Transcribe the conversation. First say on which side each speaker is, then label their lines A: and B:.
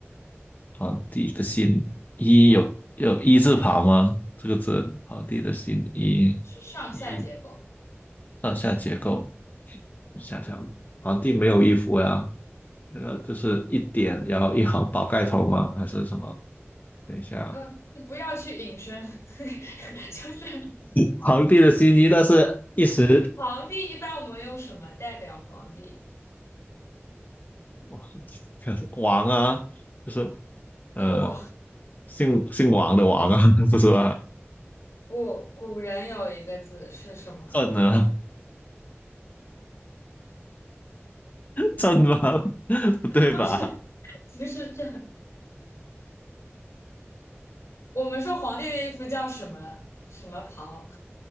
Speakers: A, on the left; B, on the left.
A: 皇帝的新衣有有一字旁吗？这个字，皇帝的新衣，
B: 是上下结构。
A: 一上下结构。想想，皇帝没有衣服呀、那个就是一点，然后一行宝盖头吗？还是什么？等一下，
B: 呃，你不要去引申，<laughs> 就是
A: 皇帝的新衣，但是一时
B: 皇帝一般我们用什么代表皇帝？
A: 哇 <laughs> 王啊，就是呃
B: 我
A: 姓姓王的王啊，<laughs> 不是吧？
B: 不，古人有一个字是什么？
A: 朕啊，朕吗？<laughs> 不对吧？
B: <laughs> 不是，不是这。我们说皇帝的衣服叫什么什么袍？